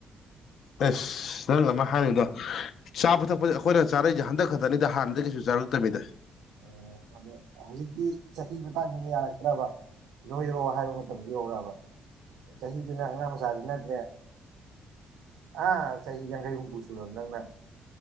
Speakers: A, on the left (about 70°); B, on the right (about 85°).
A: ꯑꯦꯁ ꯅꯪ ꯑꯃꯥꯏ ꯍꯥꯏꯅꯨꯗ ꯆꯥꯕꯊꯛꯄꯖꯦ ꯑꯈꯣꯏꯅ ꯆꯥꯔꯛꯏꯁꯦ ꯍꯟꯗꯛ ꯈꯛ ꯇꯟꯅꯤꯗ ꯍꯥꯟꯅꯗꯩꯩ ꯀꯩꯁꯨ ꯆꯥꯔꯛꯇꯃꯤꯗ
B: <unintelligible> ꯍꯧꯖꯤꯛꯇꯤ ꯆꯍꯤ ꯃꯇꯥꯡꯖꯤꯅ ꯌꯥꯔꯛꯇ꯭ꯔꯕ ꯅꯣꯏꯔꯣ ꯍꯥꯏꯕ ꯃꯇꯝꯗ ꯌꯧꯔꯛꯑꯕ ꯆꯍꯤꯗꯨꯅ ꯑꯉꯥꯡ ꯃꯆꯥꯗꯤ ꯅꯠꯇ꯭ꯔꯦ ꯑꯥ ꯆꯍꯤ ꯌꯥꯡꯈꯩ ꯍꯨꯝꯐꯨ ꯁꯨꯔꯕ ꯅꯪꯅ